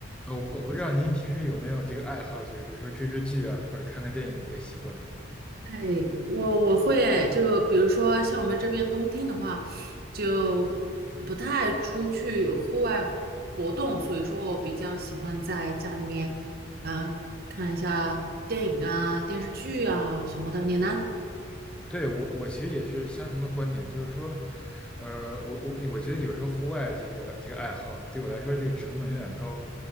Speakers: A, in the centre; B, on the right.
A: 呃我我不知道您平时有没有这个爱好，就是比如说追追剧啊，或者看看电影这个习惯。
B: 哎，我我会哎，就比如说像我们这边冬天的话，就不太出去户外活动，所以说我比较喜欢在家里面，嗯、看一下电影啊、电视剧啊什么的。你呢？
A: 对，我，我其实也是相同的观点，就是说，呃，我我我觉得有时候户外这个这个爱好对我来说这个成本有点高。